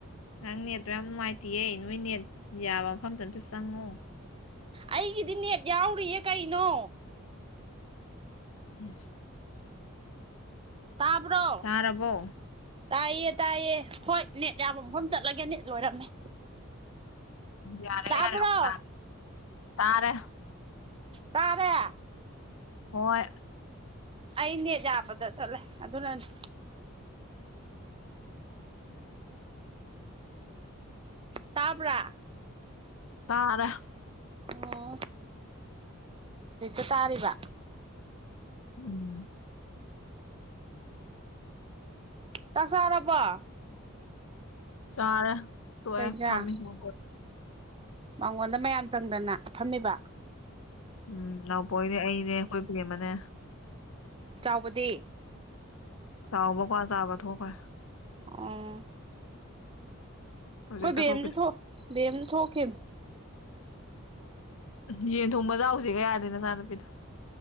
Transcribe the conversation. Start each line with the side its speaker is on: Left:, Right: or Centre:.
Left: ꯅꯪ ꯅꯦꯠꯇꯣ ꯌꯥꯝ ꯅꯨꯡꯉꯥꯏꯇꯦꯌꯦ ꯅꯣꯏ ꯅꯦꯠ ꯌꯥꯕ ꯃꯐꯝꯗꯣ ꯑꯝꯇ ꯆꯪꯉꯣ
Right: ꯑꯩꯒꯤꯗꯤ ꯅꯦꯠ ꯌꯥꯎꯔꯤꯌꯦ ꯀꯩꯅꯣ
Left: ꯎꯝ
Right: ꯇꯄ꯭ꯔꯣ
Left: ꯇꯥꯔꯕꯣ
Right: ꯇꯥꯏꯌꯦ ꯇꯥꯏꯌꯦ ꯍꯣꯏ ꯅꯦꯠ ꯌꯥꯕ ꯃꯐꯝ ꯆꯠꯂꯒꯦ ꯅꯠ ꯂꯣꯏꯔꯝꯃꯦ
Left: ꯌꯥꯔꯦ
Right: ꯇꯥꯕ꯭ꯔꯣ
Left: ꯌꯥꯔꯦ ꯑꯃꯨꯛ ꯇꯥꯔꯦ ꯇꯥꯔꯦ
Right: ꯇꯔꯦ
Left: ꯍꯣꯏ
Right: ꯑꯩꯅꯦ ꯌꯥꯕꯗ ꯆꯠꯂꯦ ꯑꯗꯨꯅꯅꯤ ꯇꯥꯕ꯭ꯔ
Left: ꯇꯥꯗ
Right: ꯑꯣ ꯑꯛꯇ ꯇꯥꯔꯤꯕ
Left: ꯎꯝ
Right: ꯆꯥꯛ ꯆꯥꯔꯕ
Left: ꯁꯔꯦ ꯇꯣ
Right: ꯏꯟꯖꯥꯡ
Left: ꯊꯃꯤ ꯍ
Right: ꯃꯉꯣꯟꯗ ꯃꯌꯥꯝ ꯆꯪꯗꯅ ꯊꯝꯃꯤꯕ
Left: ꯎꯝ ꯅꯥꯎꯄꯣꯛꯅꯦ ꯑꯩꯅꯦ ꯑꯩꯈꯣꯏꯕꯤ ꯑꯃꯅꯦ
Right: ꯆꯥꯎꯕꯗꯤ
Left: ꯆꯥꯎꯕꯀꯥꯟ ꯆꯥꯕ ꯊꯣꯛꯈꯦ
Right: ꯑꯣ
Left: ꯍꯧꯖꯤꯛꯇ
Right: ꯍꯣꯏ ꯕꯦꯝꯁꯨ
Left: ꯊꯣꯛꯈꯤꯗ꯭ꯔꯦ
Right: ꯕꯦꯝꯁꯨ ꯊꯣꯛꯈꯤꯕ
Left: ꯎ ꯌꯦꯟ ꯊꯣꯡꯕꯖꯍꯁꯤꯒꯌꯥꯗ ꯅꯆꯥꯅꯨꯄꯤꯗꯣ